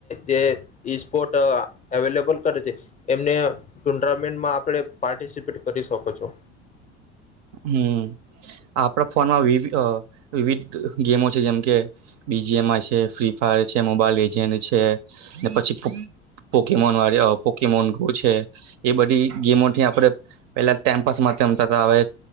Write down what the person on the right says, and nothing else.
હમ આપણા ફોનમાં વિ વિવિધ ગેમો છે જેમકે બીજીએમ છે ફ્રી ફાયર છે મોબાઈલ એજ છે ને પછી પોકેમોન વા પોકેમોન છે એ બધી ગેમોથી આપે પેલા ટાઈમપાસમાં કતા આવે